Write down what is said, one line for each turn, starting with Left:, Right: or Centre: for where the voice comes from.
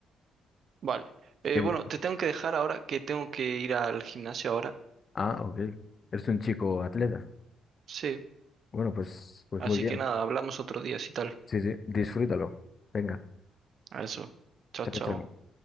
Right: Vale. Eh,
Left: Eh,
Right: bueno, te tengo que dejar ahora que tengo que ir al gimnasio ahora.
Left: ah, ok. Eres un chico atleta.
Right: Sí.
Left: Bueno, pues, pues
Right: Así
Left: muy bien.
Right: que nada, hablamos otro día si tal.
Left: Sí, sí, disfrútalo. Venga,
Right: A eso. Chao,
Left: chao,
Right: chao.
Left: chao.